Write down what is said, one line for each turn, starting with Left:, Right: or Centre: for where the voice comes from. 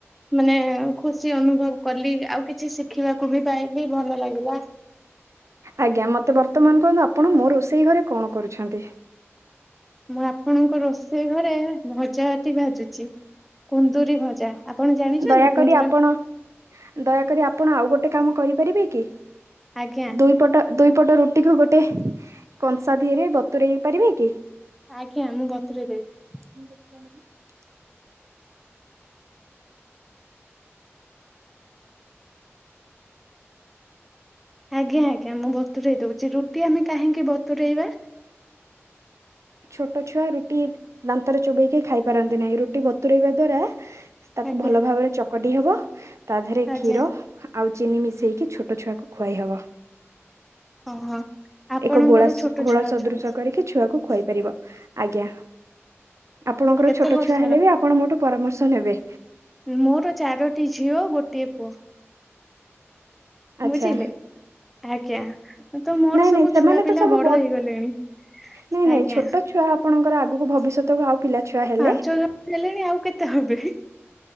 Centre: ମାନେ ଖୁସି ଅନୁଭବ୍ କଲି ଆଉ କିଛି ଶିଖିବାକୁ ବି ପାଇଲି ଭଲ ଲାଗିଲା।
Right: ଆଜ୍ଞା ମତେ ବର୍ତ୍ତମାନ କୁହନ୍ତୁ ଆପଣ ମୋ ରୋଷେଇ ଘରେ କଣ କରୁଛନ୍ତି?
Centre: ମୁଁ ଆପଣଙ୍କ ରୋଷେଇ ଘରେ ଭଜାଟି ଭାଜୁଚି କୁନ୍ଦୁରି ଭଜା। ଆପଣ ଜାଣିଚନ୍ତି
Right: ଦୟାକରି
Centre: କୁନ୍ଦୁରି
Right: ଆପଣ ଦୟାକରି ଆପଣ ଆଉ ଗୋଟେ କାମ କରିପାରିବେ କି?
Centre: ଆଜ୍ଞା।
Right: ଦୁଇ ପଟ ଦୁଇ ପଟ ରୁଟିକୁ ଗୋଟେ କଂସାଧିଏରେ ବତୁରେଇ ପାରିବେ କି?
Centre: ଆଜ୍ଞା। ମୁଁ ବତୁରେଇ ଦେବି।
Right: <inaudible>
Centre: ଆଜ୍ଞା ଆଜ୍ଞା ମୁଁ ବତୁରେଇ ଦଉଛି, ରୁଟି ଆମେ କାହିଁକି ବତୁରେଇବା?
Right: ଛୋଟ ଛୁଆ ରୁଟି ଦାନ୍ତରେ ଚୋବେଇକି ଖାଇ ପାରନ୍ତି ନାହିଁ। ରୁଟି ବତୁରେଇବା ଦ୍ଵାରା ତାକୁ
Centre: ଆଜ୍ଞା।
Right: ଭଲ ଭାବରେ ଚକଟି ହବ ତା ଦେହରେ
Centre: ଆଜ୍ଞା
Right: କ୍ଷୀର ଆଉ ଚିନି ମିଶେଇକି ଛୋଟ ଛୁଆକୁ ଖୁଆଇ ହବ।
Centre: ଓହୋ ଆପଣଙ୍କର
Right: ଏକ ଗୋଳାସ୍‌
Centre: ଛୋଟ
Right: ଘୋଳ
Centre: ଛୁଆ
Right: ସଦୃଶ
Centre: ଅଛନ୍ତି
Right: କରିକି ଛୁଆକୁ ଖୁଆଇ ପାରିବ। ଆଜ୍ଞା। ଆପଣଙ୍କର
Centre: କେତେ
Right: ଛୋଟ
Centre: ବର୍ଷର?
Right: ଛୁଆ ହେଲେ ବି ଆପଣ ମୋଠୁ ପରାମର୍ଶ ନେବେ।
Centre: ମୋର ଚାରୋଟି ଝିଅ ଗୋଟିଏ ପୁଅ।
Right: ଆଚ୍ଛା
Centre: ବୁଝିଲେ ଆଜ୍ଞା। ତ ମୋର
Right: ନାଇଁ
Centre: ସବୁ
Right: ନାଇଁ ସେମାନେ
Centre: ଛୁଆପିଲା
Right: ତ ସବୁ
Centre: ବଡ ହେଇଗଲେଣି।
Right: ନାଇଁ ନାଇଁ
Centre: ଆଜ୍ଞା
Right: ଛୋଟ ଛୁଆ ଆପଣଙ୍କର ଆଗକୁ ଭବିଷ୍ୟତକୁ ଆଉ ପିଲାଛୁଆ ହେଲେ
Centre: ପାଞ୍ଚ ଜଣ ହେଲେଣି ଆଉ କେତେ ହେବେ?